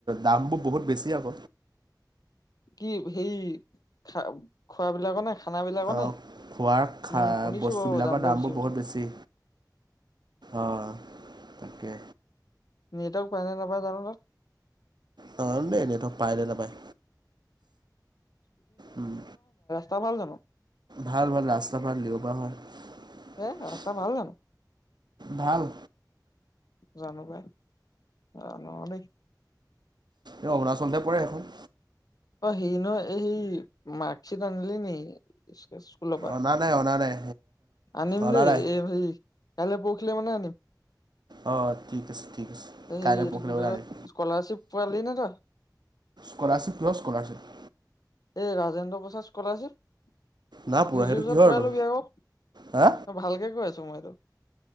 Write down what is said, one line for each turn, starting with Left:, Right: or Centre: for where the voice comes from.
Right: দামবোৰ বহুত বেছি আক
Left: কি সেই খা খোৱাবিলাকৰ নে? খানা বিলাকৰ
Right: অ
Left: নে
Right: খোৱাৰ খা
Left: উম শুনিছো
Right: বস্তুবিলাকৰ
Left: বাৰু দামটো
Right: দামবোৰ
Left: বুলি
Right: বহুত বেছি। অ কে
Left: নটৱক পায় নে নাপায় জাগা তত
Right: সন্দেহ নেটৱৰ্ক পাই নে নাপায়। উম,
Left: তা ভাল জানো
Right: ভাল ভাল ৰাস্তা ভাল লিও কৰা হয়,
Left: হে ৰাস্তা ভাল জানো
Right: ভাল
Left: জানো বা। জানো দেই
Right: এ অৰুণাচলতে পৰে এখন
Left: অ সেই নহ এই সেই মাৰ্কশ্বিট আনিলি নি স্কুলৰ পা।
Right: অনা নাই অনা নাই
Left: আনিম
Right: অনা
Left: দেই
Right: নাই
Left: এই সেই কাইলে পখিলে মানে আনিম।
Right: অঁ ঠিক আছে ঠিক আছে
Left: এই
Right: কাইলৈ
Left: এইটো
Right: পৰহিলৈ
Left: কি বুলি
Right: ওলাই
Left: কয়
Right: আনিম
Left: স্কলাৰশ্বিপ পোৱালি নে তই
Right: স্কলাৰশিপ কিহৰ স্কলাৰশিপ
Left: এই ৰাজেন্দ্ৰ প্ৰসাদ স্কলাৰশ্বিপ
Right: না পুৰা
Left: সযোৰ
Right: সেইটো
Left: ওচৰত
Right: কিহৰটো
Left: পোৱালবি আক
Right: হা
Left: ভালকে কে কয়। সময়টো